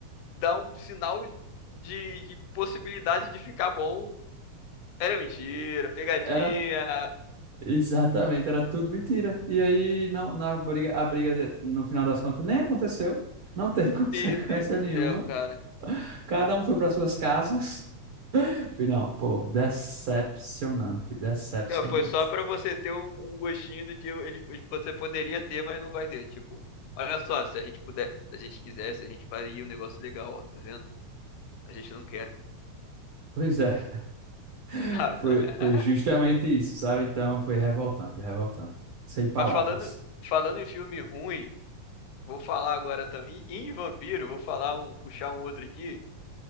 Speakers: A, on the left; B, on the right.
A: dá um sinal de, de possibilidade de ficar bom, era mentira, pegadinha.
B: Era exatamente, era tudo mentira. E aí, não, na briga, a briga, de- no final das contas, nem aconteceu. Não teve <laughs> consequência
A: Meu Deus do
B: nenhuma.
A: céu, cara.
B: Cada um foi para suas casas. Falei, Não, pô, decepcionante, decepcionante.
A: Então, Foi só pra você ter um, um gostinho do que ele, você poderia ter, mas não vai ter. Tipo, olha só, se a gente puder, se a gente quisesse, a gente faria um negócio legal, ó, tá vendo? A gente não quer,
B: Pois é, <laughs>
A: sabe?
B: foi,
A: <laughs>
B: foi justamente isso, sabe? Então foi revoltante, revoltante. Sem palavras.
A: Mas falando, falando em filme ruim, vou falar agora também. E em vampiro, vou falar um, puxar um outro aqui,